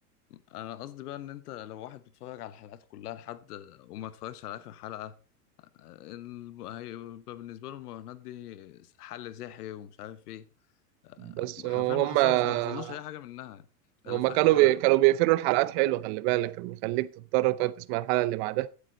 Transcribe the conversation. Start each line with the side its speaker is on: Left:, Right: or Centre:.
Left: انا قصدي بقى ان انت لو واحد بيتفرج على الحلقات كلها لحد وما اتفرجش على اخر حلقه الم- هيبقى بالنسبه له المراهنات دي حل سحري ومش عارف ايه آه،
Right: بس
Left: حرفيا
Right: هو-
Left: ما
Right: هما
Left: حصلش ما حصلوش اي حاجه منها
Right: هما
Left: الا في
Right: كانوا
Left: اخر حلقه
Right: بي كانوا بيقفلوا الحلقات حلوة خلي بالك كان بيخليك تضطر تقعد تسمع الحلقة اللي بعدها